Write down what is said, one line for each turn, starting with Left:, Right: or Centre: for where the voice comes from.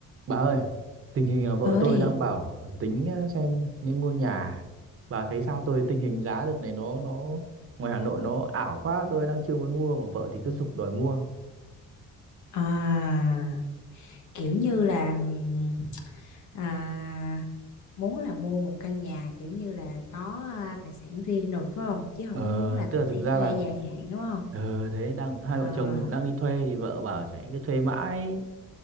Right: Bà ơi, tình hình là vợ
Left: ơi
Right: tôi đang bảo tính ờ, xem nên mua nhà. Bà thấy sao tôi tình hình giá đợt này nó nó ngoài Hà Nội nó ảo quá, tôi đang chưa muốn mua mà vợ thì cứ giục đòi mua.
Left: à, kiểu như là ừm, à, muốn là mua một căn nhà kiểu như là có à, tài sản riêng rồi phải không chứ không
Right: Ờ,
Left: có muốn là
Right: tức là thực
Left: đi
Right: ra
Left: thuê
Right: là
Left: dài hạn đúng không
Right: ờ thế đang hai
Left: à,
Right: vợ chồng cũng đang đi thuê thì vợ bảo chạy cứ thuê mãi